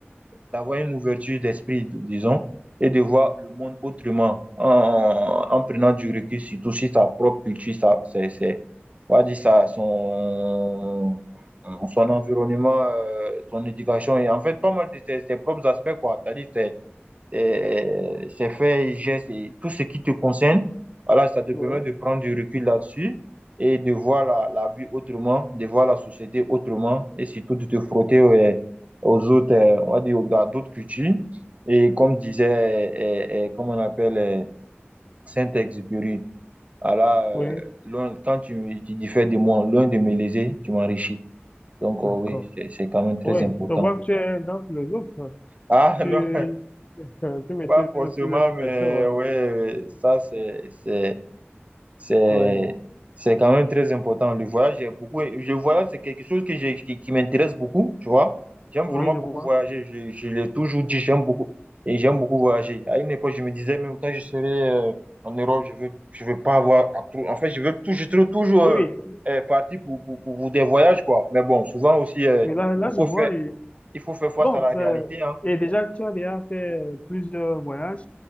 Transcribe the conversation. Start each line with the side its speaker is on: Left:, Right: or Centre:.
Right: d'avoir une ouverture d'esprit, disons, et de voir le monde autrement, en, en prenant du recul, surtout sur sa propre culture, ça, c'est, c'est, on va dire ça, son, son environnement, euh, son éducation, et en fait, pas mal de ses, ses propres aspects, quoi. C'est-à-dire, c'est euh, ces faits et gestes et tout ce qui te concerne. Voilà, ça te permet
Left: oui,
Right: de prendre du recul là-dessus et de voir la, la vie autrement, de voir la société autrement et surtout de te frotter euh, aux autres, euh, on va dire, à d'autres cultures. Et comme disait, euh, euh, comme on appelle euh, Saint-Exupéry, voilà, euh,
Left: oui,
Right: loin- quand tu, tu diffères de moi, loin de me léser, tu m'enrichis. Donc, euh,
Left: d'accord.
Right: oui, c'est c'est quand même très
Left: Oui,
Right: important.
Left: je vois que tu es un grand philosophe.
Right: Ah,
Left: Tu,
Right: <laughs> non,
Left: <laughs> tu maîtrises
Right: Pas forcément,
Left: plusieurs citations,
Right: mais
Left: ouais.
Right: ouais, ça c'est c'est c'est
Left: Ouais.
Right: c'est quand même très important. Le voyage, j'ai beaucoup, je voyage, c'est quelque chose que j'ai qui, qui m'intéresse beaucoup, tu vois. J'aime
Left: Oui,
Right: vraiment
Left: je
Right: beaucoup
Left: vois.
Right: voyager. Je, je l'ai toujours dit, j'aime beaucoup et j'aime beaucoup voyager. À une époque, je me disais même quand je serai euh, en Europe, je veux je veux pas avoir à trop- En fait, je veux tout, je serai toujours
Left: Oui,
Right: euh, euh, parti pour, pour, pour, pour des voyages quoi. Mais bon, souvent aussi, euh,
Left: oui, là, là,
Right: il faut
Left: je vois.
Right: faire
Left: Et,
Right: il faut faire face
Left: bon,
Right: à la réalité,
Left: ça-
Right: hein.
Left: et déjà, tu as déjà fait euh, plusieurs voyages.